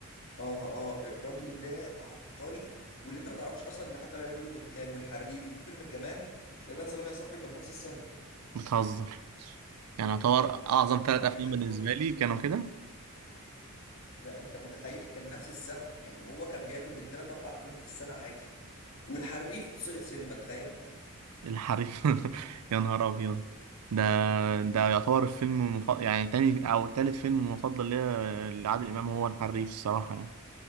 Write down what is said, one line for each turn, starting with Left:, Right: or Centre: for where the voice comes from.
Left: اه اه الراجل ده عبقري واللي انت ما تعرفوش اصلا ان حتى لا يدور الدخان والحريف وفي فيلم كمان تقريبا سلام يا صاحبي كان نفس السنه
Right: بتهزر يعني يعتبر اعظم
Left: لا
Right: ثلاث افلام
Left: بجد
Right: بالنسبة
Left: والله
Right: لي كانوا كده
Left: لا انت متخيل كان نفس السنه يعني هو كان بيعمل بالثلاث اربع افلام في السنه عادي والحريف سقط سينما تخيل
Right: الحريف <laughs> يا نهار ابيض ده ده يعتبر الفيلم المفضل يعني تاني او تالت فيلم مفضل ليا لعادل امام هو الحريف الصراحه يعني